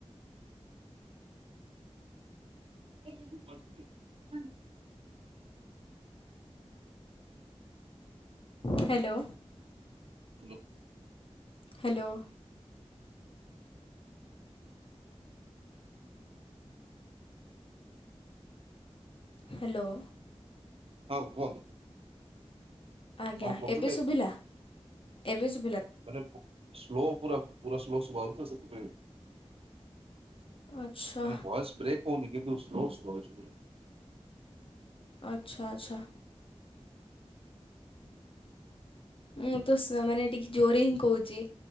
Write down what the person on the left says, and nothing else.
ହ୍ୟାଲୋ।
ହ୍ୟାଲୋ। ହ୍ୟାଲୋ।
ଆଜ୍ଞା
ଏବେ ଶୁଭିଲା ଏବେ ଶୁ
ଆଚ୍ଛା
ଆଚ୍ଛା ଆଚଛା। ମୁଁ ତ ସ ମାନେ ଟିକେ ଜୋରେ ହିଁ କହୁଚି।